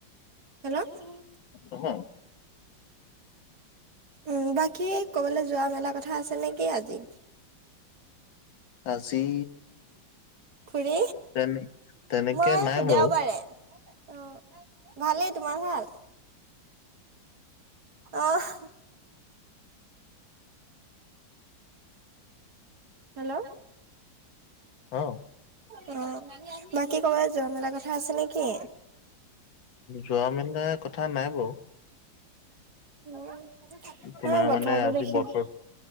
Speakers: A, on the right; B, on the left.
A: হেলৌ!
B: অহ।
A: উমঁ বাকী ক'বলৈ যোৱা মেলা কথা আছে নেকি আজি।
B: আজি
A: খোৰি
B: তেনে তেনেকে
A: মই
B: নাই বাৰু
A: দেওবাৰে অঁ' ভালেই তোমাৰ ভাল? আহ। হেল্লৌ!
B: অ
A: অঁ বাকী ক'বাত যোৱা মেলা কথা আছে নেকি?
B: যোৱা মেলা কথা নাই বাৰু।
A: নাই
B: তোমাৰ
A: বতৰটো
B: মানে আজি
A: দেখি
B: বতৰত
A: অ',